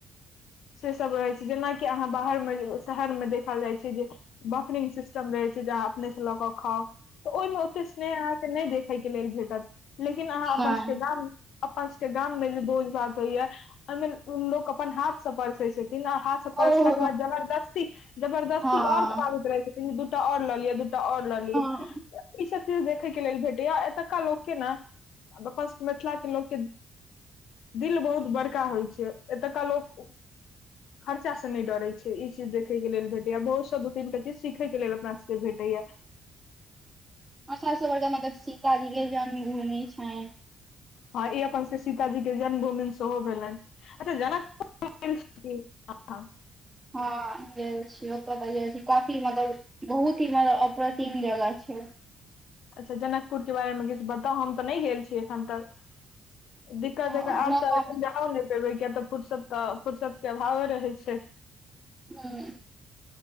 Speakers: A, on the left; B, on the right.
A: से सब रहै छै जेनाकि अहाँ बाहर मे शहर मे देखल जाइ छै जे बफरिंग सिस्टम रहै छै जाउ अपने से लऽ क खाउ ओइमे ओते स्नेह अहाँके नै देखै के लेल भेटत लेकिन अहाँ अपनके
B: हँ
A: सभक गाम अपन सबके गाम में जे भोज भात होइया ओहिमे लोक अपन हाथ स परसै छथिन आ हाथ स परसला
B: ओहो
A: के बाद जबरदस्ती जबरदस्ती
B: हँ
A: आओर खुआबैत रहै छथिन दूटा और लऽ लिअ दू टा आओर ल लिय
B: हँ
A: चीज देखै के लेल भेटैए एतुका लोक के ने अपन सब के मिथिला के लोक के दिल बहुत बड़का होइ छै एतुका लोक खर्चा स नय डरै छि ई चीज देखय के लेल भेटैया बहुत स दू तीन टा चीज सीखय के लेल अपना सबके भेटैया
B: <inaudible> सीताजी के जन्म भूमि छनि
A: हँ ई अपन सबके सीताजी के जन्म भूमि सेहो भेलनि। अच्छा जनकपुर गेल छि की <unintelligible>
B: हँ गेल छी ओत त गेल छी काफी मतलब बहुत ही <unintelligible> अप्रतिम जगह छै ओ
A: अच्छा जनकपुर के बारेमे किछ बताउ हम तऽ नहि गेल छियै एखन तक दिक्कत
B: हँ
A: हेतै आब
B: नहि
A: त <unintelligible>
B: हम-
A: <unintelligible> फुरसत के अभावे रहै छै
B: हं